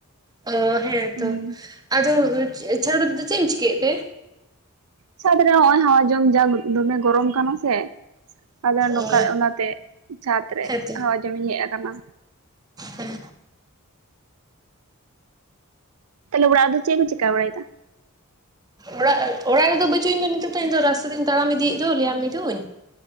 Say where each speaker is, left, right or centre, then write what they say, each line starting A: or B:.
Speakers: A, on the right; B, on the right.
A: ᱚ ᱦᱮᱸ
B: ᱦᱩᱸ
A: ᱛᱚ᱾ ᱟᱫᱚ ᱪᱷᱟᱹᱲ ᱨᱮᱫᱚ ᱪᱮᱫ ᱮᱢ ᱪᱤᱠᱟᱹᱭᱮᱫ ᱛᱮ?
B: ᱪᱷᱟᱛ ᱨᱮ ᱦᱚᱸᱜ-ᱚᱭ ᱦᱟᱣᱟ ᱡᱚᱢ ᱡᱟᱢ ᱫᱚᱢᱮ ᱜᱚᱨᱚᱢ ᱠᱟᱱᱟ ᱥᱮ ᱟᱫᱚ ᱱᱚᱝᱠᱟ
A: ᱚ
B: ᱚᱱᱟᱛᱮ ᱪᱷᱟᱫᱽ ᱨᱮ
A: ᱦᱮᱸᱛᱚ
B: ᱦᱟᱣᱟ ᱡᱚ ᱡᱚᱢᱤᱧ ᱦᱮᱡ ᱟᱠᱟᱱᱟ᱾
A: ᱦᱮᱸ
B: ᱛᱟᱦᱞᱮ ᱚᱲᱟᱜ ᱨᱮᱫᱚ ᱪᱮᱫ ᱠᱚᱢ ᱪᱤᱠᱟ ᱵᱟᱲᱟᱭᱮᱫᱟ᱾
A: ᱚᱲᱟᱜ ᱚᱲᱟᱜ ᱨᱮᱫᱚ ᱵᱟᱹᱪᱩᱜ ᱤᱧ ᱫᱚ ᱱᱤᱛᱚᱜ ᱫᱚ ᱤᱧ ᱫᱚ ᱨᱟᱥᱛᱟ ᱛᱮᱧ ᱛᱟᱲᱟᱢ ᱤᱫᱤᱭᱮᱫ ᱫᱚ ᱞᱮᱭᱟᱢ ᱢᱤᱫᱩᱧ᱾